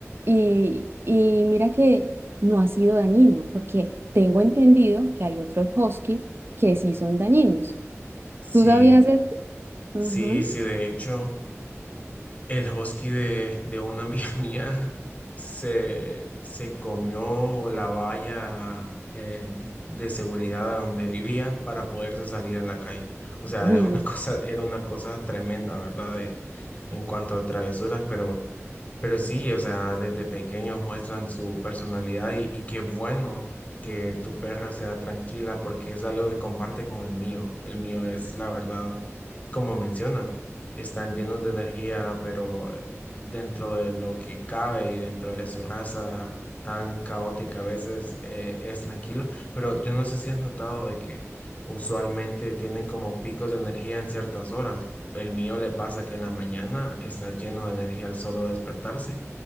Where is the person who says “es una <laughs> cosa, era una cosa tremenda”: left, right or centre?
Left